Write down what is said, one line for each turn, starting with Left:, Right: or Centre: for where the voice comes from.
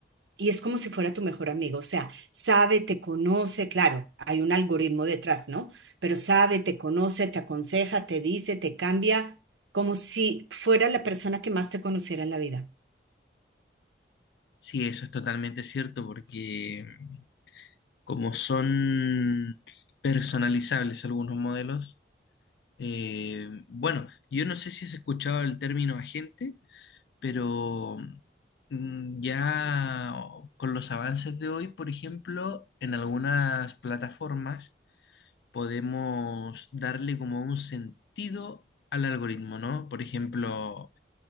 Right: Y es como si fuera tu mejor amigo, o sea, sabe, te conoce, claro, hay un algoritmo detrás, ¿no? Pero sabe, te conoce, te aconseja, te dice, te cambia, como si fuera la persona que más te conociera en la vida.
Left: Sí, eso es totalmente cierto, porque mm, como son personalizables algunos modelos, eh, bueno, yo no sé si has escuchado el término agente. pero mm, ya con los avances de hoy, por ejemplo, en algunas plataformas podemos darle como un sentido al algoritmo, ¿no? Por ejemplo,